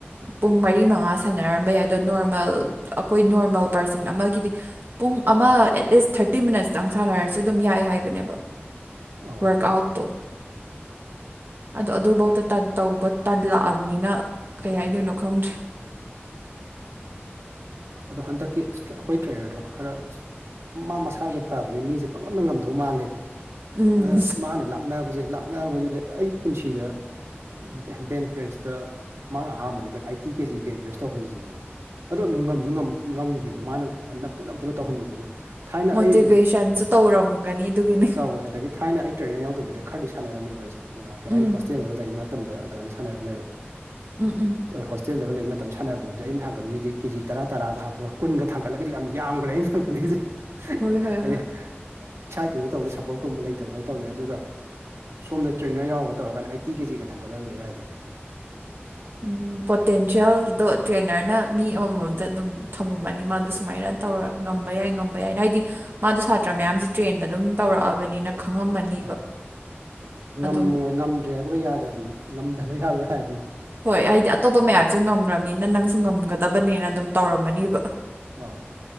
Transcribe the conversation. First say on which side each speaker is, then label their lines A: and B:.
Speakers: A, on the right (about 50°); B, on the right (about 85°).
A: ꯄꯨꯡ ꯃꯔꯤ ꯃꯉꯥ ꯁꯥꯟꯅꯔꯝꯕ ꯌꯥꯏ ꯑꯗꯣ ꯅꯣꯔꯃꯦꯜ ꯑꯈꯣꯏ ꯅꯣꯔꯃꯦꯜ ꯄꯥꯔꯁꯟ ꯑꯃꯒꯤꯗꯤ ꯄꯨꯡ ꯑꯃ ꯑꯦꯠꯂꯤꯁ ꯊꯥꯔꯇꯤ ꯃꯤꯅꯠꯁꯇꯪ ꯁꯥꯟꯅꯔꯁꯨ ꯑꯗꯨꯝ ꯌꯥꯏ ꯍꯥꯏꯕꯅꯦꯕ
B: ꯑꯧ
A: ꯋꯥ꯭ꯔꯛ ꯑꯥ꯭ꯎꯠ ꯇꯣ ꯑꯗꯣ ꯑꯗꯨꯕꯧꯗ ꯇꯟ ꯇꯧꯕ ꯇꯜꯂꯛꯑꯕꯅꯤꯅ ꯀꯩ ꯍꯥꯏꯗꯣꯏꯅꯣ ꯈꯪꯗ꯭ꯔꯦ
B: ꯑꯗꯣ ꯍꯟꯗꯛꯀꯤ ꯑꯩꯈꯣꯏ ꯇ꯭ꯔꯦꯅ꯭ꯔꯗꯣ ꯈꯔ ꯃꯥ ꯃꯁꯥꯥꯖꯨ ꯐꯕꯅꯤꯅ ꯃꯤꯁꯦ ꯄꯡꯉꯝꯗ ꯉꯝꯗꯧ ꯃꯥꯜꯂꯦꯕ
A: ꯎꯝ
B: ꯑ ꯃꯥꯅ ꯂꯥꯛꯅꯕꯖꯦ ꯂꯥꯛꯅꯕꯖꯤꯗꯤ ꯑꯩ ꯄꯨꯟꯁꯤꯗ ꯕꯦꯟ ꯄ꯭ꯔꯦꯁꯇ ꯃꯥꯅ ꯑꯍꯥꯟꯕꯅꯤ ꯀꯩꯅꯣ ꯑꯥꯏꯇꯤ ꯀꯦꯖꯤ ꯕꯦꯟ ꯄ꯭ꯔꯦꯁ ꯇꯧꯍꯜꯂꯤꯁꯦ ꯑꯩꯉꯣꯟꯗ ꯑꯗꯣ ꯑꯗꯨꯝ ꯉꯝꯖꯨ ꯉꯝꯃꯛ ꯉꯝꯒꯤꯕ ꯃꯥꯅ ꯅꯝꯐꯨ ꯅꯝꯐꯨꯗ ꯇꯧꯍꯟꯕꯗꯨꯅ ꯊꯥꯏꯅ
A: ꯃꯣꯇꯤꯚꯦꯁꯟꯁꯨ
B: ꯑꯩ
A: ꯇꯧꯔꯝꯒꯅꯤ ꯑꯗꯨꯒꯤꯅꯦ
B: ꯇꯧꯋꯦ ꯑꯗꯒꯤ ꯊꯥꯏꯅ ꯑꯩ ꯇ꯭ꯔꯦꯅ꯭ꯔ ꯌꯥꯎꯗꯕꯤꯗ ꯈꯔꯗꯤ ꯁꯥꯟꯅꯔꯝꯃꯦꯕ ꯑꯩꯁꯦ ꯀꯩ
A: ꯎꯝ
B: ꯍꯥꯏ ꯍꯣꯁꯇꯦꯜꯗꯒ ꯂꯩꯔꯤ ꯃꯇꯝꯗ ꯑꯗꯨꯃꯥꯏꯅ ꯁꯥꯟꯅꯔꯝꯃꯦꯕ
A: ꯎꯝ ꯎꯝ
B: ꯍꯣꯁꯇꯦꯜꯗꯒ ꯂꯩꯕ ꯃꯇꯝ ꯁꯥꯟꯅꯕꯗꯨꯗꯤ ꯑꯩꯅ ꯊꯥꯡꯒꯠꯂꯤꯖꯤꯗꯤ ꯀꯦꯖꯤ ꯇꯔꯥ ꯇꯔꯥꯒ ꯍꯥꯞꯄꯒ ꯀꯨꯟꯒ ꯊꯥꯡꯒꯠꯂꯒꯗꯤ ꯌꯥꯝ ꯌꯥꯝꯒ꯭ꯔꯦ ꯑꯩꯅ ꯊꯥꯡꯒꯠꯂꯤꯁꯦ
A: ꯍꯣꯏ ꯍꯣꯏ
B: ꯍꯥꯏꯗꯤ
A: ꯍꯣꯏ
B: ꯏꯁꯥ ꯏꯇꯟꯗ ꯇꯧꯅꯤ ꯁꯞꯄꯣꯔꯠꯀꯨꯝꯕ ꯂꯩꯇꯕ ꯈꯔ ꯇꯧꯕꯅꯤ ꯑꯗꯨꯒ ꯁꯣꯝꯗ ꯇ꯭ꯔꯦꯅ꯭ꯔ ꯌꯥꯎꯔꯕ ꯇꯧꯔꯒꯅ ꯑꯥꯏꯇꯤ ꯀꯦꯖꯤꯒ ꯊꯥꯡꯒꯠꯍꯜꯂꯦ ꯍꯥꯏꯔꯗꯤ
A: ꯎꯝ ꯄꯣꯇꯦꯟꯁꯤꯌꯦꯜ ꯗꯣꯠ ꯇ꯭ꯔꯦꯅ꯭ꯔꯅ ꯃꯤ ꯑꯃꯝꯃꯝꯇ ꯑꯗꯨꯝ ꯊꯝꯃꯝꯃꯅꯤ ꯃꯥꯗꯣ ꯁꯨꯃꯥꯏꯅ ꯇꯧꯔ ꯉꯝꯕ ꯌꯥꯏ ꯉꯝꯕ ꯌꯥꯏꯅ ꯍꯥꯏꯗꯤ ꯃꯥꯗꯣ ꯁꯥꯇ꯭ꯔ ꯃꯌꯥꯝꯁꯨ ꯇ꯭ꯔꯦꯟ ꯑꯗꯨꯝ ꯇꯧꯔꯛꯑꯕꯅꯤꯅ ꯈꯪꯉꯝꯃꯅꯤꯕ
B: ꯑꯥꯎ ꯉꯝꯃꯣꯏ
A: ꯑꯗꯨꯝ
B: ꯉꯝꯗ꯭ꯔꯦ ꯍꯥꯏꯕꯒ ꯌꯥꯗꯕꯤꯅꯤ ꯉꯝꯗꯕ ꯌꯥꯔꯣꯏ ꯍꯥꯏꯕꯤꯅꯤ
A: ꯍꯣꯏ ꯍꯥꯏꯗꯤ ꯑꯇꯣꯞꯄ ꯃꯌꯥꯝꯁꯨ ꯉꯝꯒ꯭ꯔꯕꯅꯤꯅ ꯅꯪꯁꯨ ꯉꯝꯒꯗꯕꯅꯦꯅ ꯑꯗꯨꯝ ꯇꯧꯔꯝꯃꯅꯤꯕ
B: ꯑꯥꯎ